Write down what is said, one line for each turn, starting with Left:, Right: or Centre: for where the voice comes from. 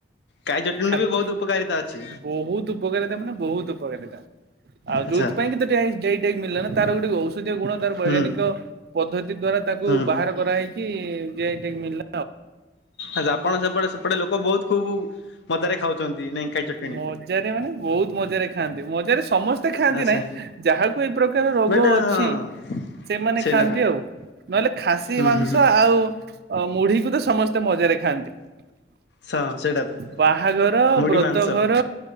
Left: କାଇ ଚଟଣୀରେ
Right: ଖାଦ୍
Left: ବି ବହୁତ
Right: ବହୁତ
Left: ଉପକାରିତା ଅଛି
Right: ଉପକାରିତା ମାନେ ବହୁତ ଉପକାରିତା। ଆଉ
Left: ଆଚ୍ଛା
Right: ଯୋଉଥିପାଇଁକି ତ <unintelligible> ଜିଆଇ ଟ୍ୟାଗ୍ ମିିଳିଲା ନା ତାର ଗୋଟେ ଔଷଧୀୟ ଗୁଣ ତାର ବୈଜ୍ଞାନିକ
Left: ହୁଁ
Right: ପଦ୍ଧତି ଦ୍ଵାରା ତାକୁ
Left: ହୁଁ।
Right: ବାହାର କରାହେଇକି ଜିଆଇ ଟ୍ୟାଗ୍ ମିିଳିଲା।
Left: ଆଛା ଆପଣ ସେପଟେ ସେପଟେ ଲୋକ ବହୁତ୍ ଖୁବ ମଜାରେ ଖାଉଛନ୍ତି ନାଇଁ? କାଇ ଚଟଣି
Right: ମଜାରେ ମାନେ ବହୁତ ମଜାରେ ଖାଆନ୍ତି ମଜାରେ ସମସ୍ତେ ଖାଆନ୍ତି
Left: ଆଚ୍ଛା
Right: ନାହିଁ ଯାହାକୁ ଏଇ ପ୍ରକାର ରୋଗ
Left: ବଟ
Right: ଅଛି
Left: ହଁ
Right: ସେମାନେ
Left: ସେଇଟା
Right: ଖାଆନ୍ତି ଆଉ, ନହେଲେ ଖାସି
Left: ହୁଁ
Right: ମାଂସ
Left: ହୁଁ ହୁଁ
Right: ଆଉ ମୁଢିକୁ ତ ସମସ୍ତେ ମଜାରେ ଖାଆନ୍ତି। ହ
Left: ସଁ ସେଇଟା ତ।
Right: ବାହାଘର,
Left: ମୁଢି
Right: ବ୍ରତଘର,
Left: ମାଂସ